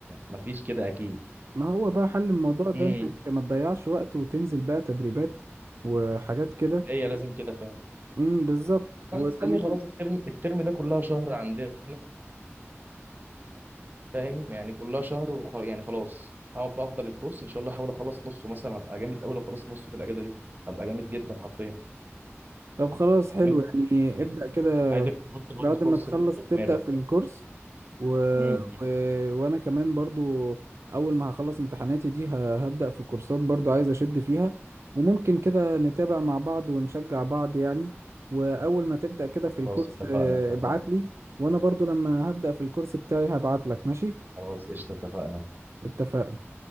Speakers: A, on the right (about 40°); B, on the right (about 70°).
A: مفيش كده اكيد
B: ما هو بقى حل الموضوع ده
A: امم
B: انك ما تضيعش وقت وتنزل بقى تدريبات وحاجات كده
A: هي لازم كده فعلا
B: امم بالظبط ويعني
A: انا مستني خلاص الترم الترم ده كلها شهر عندنا وفاهم يعني كلها شهر وخ... يعني خلاص هقعد بقى افضل الكورس ان شاء الله احاول اخلص نصه مثلا هبقى جامد قوي لو خلصت نصه في الاجازه دي هبقى جامد جدا حرفيا
B: طب خلاص حلو
A: وانت
B: يعني
A: عايزك
B: ابدأ
A: تحط-
B: كده
A: عايزك تحط برضه
B: بعد
A: كورس
B: ما تخلص
A: في
B: تبدأ
A: دماغك
B: في الكورس و...
A: امم
B: و... وانا كمان برضو اول ما هخلص امتحاناتي دي ه... هبدأ في كورسات برضو عايز اشد فيها وممكن كده نتابع مع بعض ونشجع بعض يعني واول ما تبدأ كده في الكورس
A: خلاص اتفقنا
B: آه،
A: اتفقنا
B: ابعت لي وانا برضو لما هبدأ في الكورس بتاعي هبعت لك ماشي
A: خلاص قشطه اتفقنا
B: اتفقنا